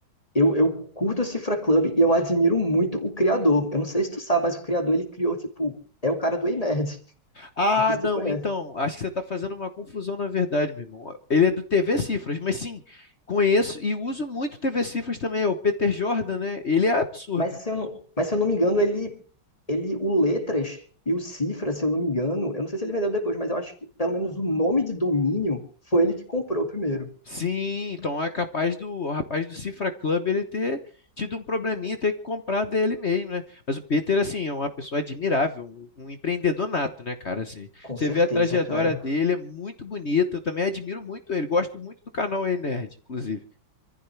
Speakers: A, on the left; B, on the left.
A: Eu, eu curto o Cifra Club e eu admiro muito o criador. Eu não sei se tu sabe, mas o criador ele criou, tipo, é o cara do Ei Nerd. <laughs>
B: Ah,
A: Não sei se
B: não,
A: tu conhece.
B: então, acho que você está fazendo uma confusão na verdade, meu irmão. Ele é do TV Cifras, mas sim, conheço e uso muito TV Cifras também, o Peter Jordan, né? Ele é absurdo.
A: Mas se eu não, mas se eu não me engano, ele, ele, o Letras e o Cifra, se eu não me engano, eu não sei se ele vendeu depois, mas eu acho que pelo menos o nome de domínio foi ele que comprou primeiro.
B: Sim, então é capaz do o rapaz do Cifra Club ele ter tido um probleminha, ter que comprar dele mesmo, né? Mas o Peter, assim, é uma pessoa admirável, um, um empreendedor nato, né, cara? Assim,
A: Com
B: você
A: certeza,
B: vê a trajetória
A: cara.
B: dele, é muito bonita. Eu também admiro muito ele, gosto muito do canal Ei Nerd, inclusive.